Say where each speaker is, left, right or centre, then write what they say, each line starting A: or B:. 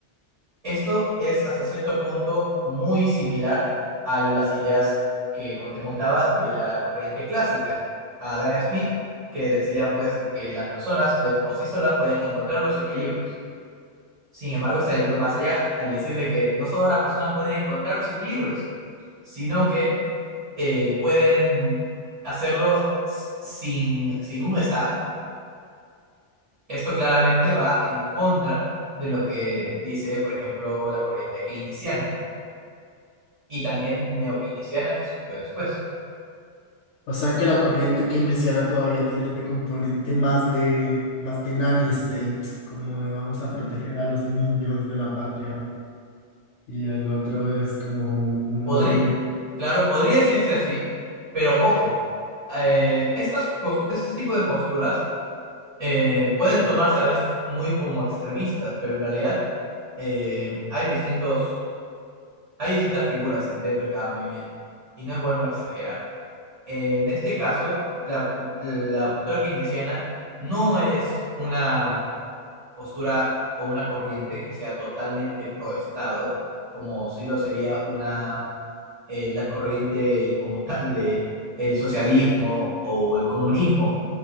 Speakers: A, on the right (about 40°); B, on the left (about 85°).
A: Esto es hasta cierto punto muy similar a las ideas que, como te contaba, de la corriente clásica, a Adam Smith, que decían pues que las personas de por sí solas pueden encontrar los equilibrios. Sin embargo, está yendo más allá al decir de que no solo las personas pueden encontrar los equilibrios, sino que eh, pueden hacerlo sin, sin un Estado. Esto claramente va en contra de lo que dice, por ejemplo, la corriente keynesiana y también neokeynesiana que surgió después.
B: O sea, que la corriente keynesiana todavía tiene este componente más de, más de nanny state, como de vamos a proteger a los niños de la patria. Y el otro es como un un
A: Podrí-
B: movimiento.
A: claro, podría decirse así, pero ojo, eh, estas, cos- este tipo de posturas eh, pueden tomarse a veces muy como extremistas, pero en realidad eh, hay distintos, hay distintas figuras en- dentro de cada movimiento y no es bueno exagerar. En este caso, la, cu- la postura keynesiana no es una postura o una corriente que sea totalmente pro Estado, como sí lo sería una eh, la corriente como <laughs> tal de el socialismo o el comunismo,